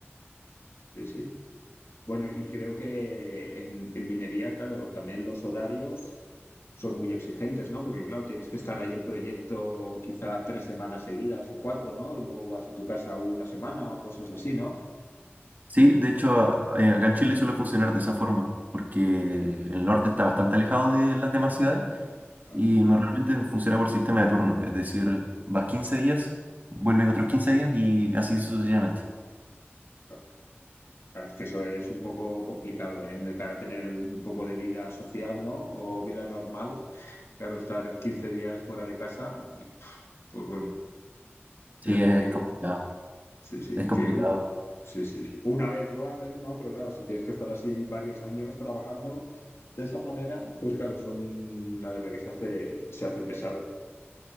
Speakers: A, on the left; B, on the right.
A: sí, sí. Bueno, y creo que en, en minería, claro, también los horarios son muy exigentes, ¿no? Porque, claro, tienes que estar ahí en proyecto quizá tres semanas seguidas o cuatro, ¿no? Y luego vas a tu casa una semana o cosas así, ¿no?
B: Sí, de hecho, a- eh, acá en Chile suele funcionar de esa forma, porque el norte está bastante alejado de las demás ciudades
A: Claro,
B: y normalmente funciona por sistema de turnos, es decir, vas 15 días, vuelves otros 15 días y así sucesivamente.
A: claro, Claro, es que eso es un poco complicado, ¿eh? De cara a tener un poco de vida social, ¿no? O vida normal. Claro, estar 15 días fuera de casa, pues bueno,
B: Sí,
A: es decir
B: es
A: que...
B: complicado,
A: Sí, sí,
B: es complicado.
A: que un- sí, sí. Una vez lo haces, ¿no? Pero claro, si tienes que estar así varios años trabajando de esa manera, pues claro, son, la verdad que se hace, se hace pesado.